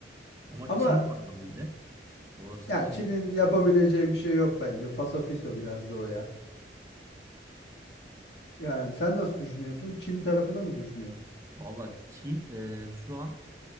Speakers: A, on the right; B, on the left.
A: Ama
B: Ama
A: Çin var abi bir de. Orası
B: yani
A: da Çin.
B: Çin'in yapabileceği
A: çok büyük bir yer.
B: bir şey yok bence. Fasafiso biraz da o ya. Yani sen nasıl düşünüyorsun? Çin tarafına mı düşünüyorsun?
A: Valla Çin e, şu an